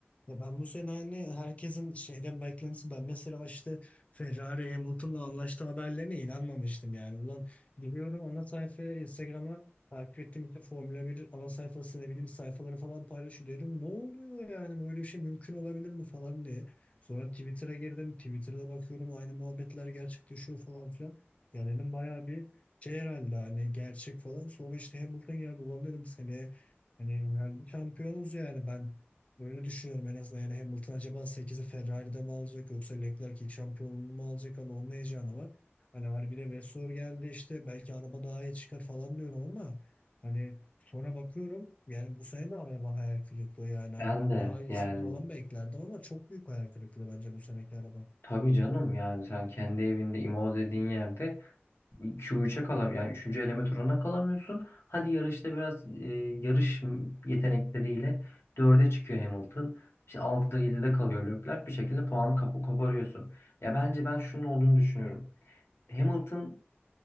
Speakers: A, on the left; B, on the left.
A: ya ben bu sene hani herkesin şeyden beklentisi ben mesela işte Ferrari Hamilton'la anlaştı haberlerine inanmamıştım yani ulan giriyorum ana sayfaya Instagram'a takip ettiğim işte Formula 1 ana sayfası ne bileyim sayfaları falan paylaşıyor diyorum ne oluyor yani böyle bir şey mümkün olabilir mi falan diye sonra Twitter'a girdim Twitter'da bakıyorum aynı muhabbetler gerçekleşiyor falan filan ya dedim bayağı bir şey herhalde hani gerçek falan sonra işte Hamilton geldi ulan dedim seneye Hani yani şampiyonuz yani ben böyle düşünüyorum en azından. Yani Hamilton acaba sekizi Ferrari'de mi alacak yoksa Leclerc ilk şampiyonluğunu mu alacak? Hani onun heyecanı var. Hani hani bir de Vettel geldi işte belki araba daha iyi çıkar falan diyorum ama hani sonra bakıyorum yani bu sene de araba hayal kırıklığı yani hani
B: Ben
A: ben
B: de
A: daha iyisini
B: yani
A: falan beklerdim ama çok büyük hayal kırıklığı bence bu seneki araba.
B: tabii canım yani sen kendi evinde Imola dediğin yerde Q3'e kalam yani 3. eleme turuna kalamıyorsun. Hadi yarışta biraz e, yarış yetenekleriyle dörde çıkıyor Hamilton. İşte 6'da 7'de kalıyor Leclerc. Bir şekilde puanı kapı koparıyorsun. Ya bence ben şunun olduğunu düşünüyorum. Hamilton